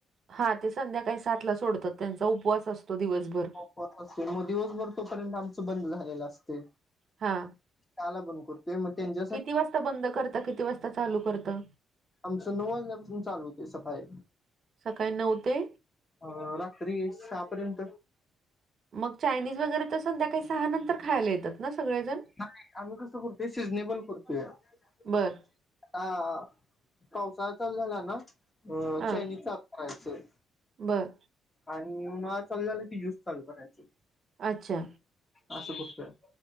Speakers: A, on the right; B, on the left.
A: हा ते संध्याकाळी सात ला सोडतात त्यांचा उपवास असतो दिवसभर
B: पण असते मग दिवसभर तोपर्यंत आमचं बंद झालेलं असते
A: हा
B: काला बनकुर ते म त्यांज
A: किती वाजता बंद करता किती वाजता चालू करत.
B: आमचं नऊ वाजल्यापासून चालू होतय सकाळी.
A: सकाळी नऊ ते
B: अ रात्री सहापर्यंत
A: मग चायनीज वगैरे तर संध्याकाळी सहा नंतर खायला येतात ना सगळेजण
B: नाही आम्ही कसं करतोय सिजनेबल कुरतोय आ
A: बरं.
B: पावसाळा चालू झाला ना ह
A: हां,
B: च्यायनिज करायचं
A: बरं.
B: आणि न उन्हाळा चालू झालं की ज्यूस चालू करायच
A: अच्छा
B: अस असं खुपतयऽ